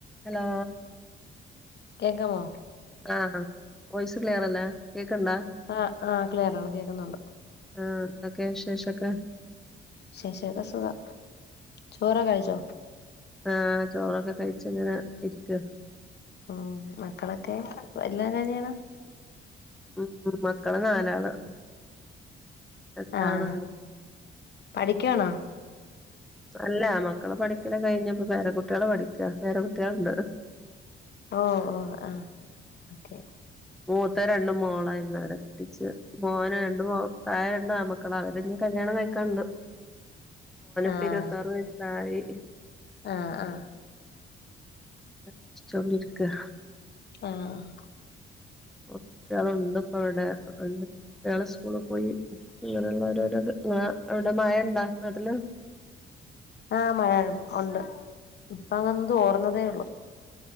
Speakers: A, in the centre; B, on the left.
A: Hello
B: കേക്കാമോ
A: ആഹ് voice ക്ലിയറല്ലേ കേക്ക്ണ്ടാ
B: ആഹ് ആഹ് ക്ലിയറാണ് കേക്കുന്നൊണ്ട്
A: ആഹ് എന്തൊക്കേ വിശേഷൊക്കെ
B: വിശേഷൊക്കെ സുഖം ചോറൊക്കെ കഴിച്ചോ
A: ആഹ് ചോറൊക്കെ കഴിച്ച്ങ്ങനെ ഇരിക്ക
B: ഉം മക്കളൊക്കേ വല്യോൻ എന്താ ചെയ്യ്ണ്
A: ഉം ഉം മക്കള് നാലാള് എന്താണ്
B: ആഹ്
A: ഒന്ന്?
B: പഠിക്കുവാണോ
A: അല്ലാ മക്കള് പഠിക്കല് കഴിഞ്ഞിപ്പം പേരക്കുട്ടികളെ പഠിക്ക പേരക്കുട്ടികള്ണ്ട്
B: ഓഹ് ഓഹ് ആഹ് ഓക്കെ
A: മൂത്തത് രണ്ടും മോളായിരുന്നവരെ കെട്ടിച്ച് മോനാ രണ്ട് മോ താഴെ രണ്ടാമ്മക്കളാ അവരിനി കല്യാണം കഴിക്കാണ്ട്
B: ആഹ്
A: ഇപ്പിരുവത്താറ് വയസായി
B: ആഹ് ആഹ്
A: ആലോചിച്ചോണ്ടിരിക്ക
B: ആഹ്
A: കുട്ടികള്ണ്ട്പ്പവടെ എന്ത കുട്ടികള് സ്കൂള് പോയി ഇങ്ങനുള്ളോരോരോത് ഇങ്ങള അവിടെ മഴ ഇണ്ടാ നാട്ടില്
B: ആഹ് മഴ ഒണ്ട് ഇപ്പം അങ്ങൊന്ന് തോർന്നതേ ഒള്ളു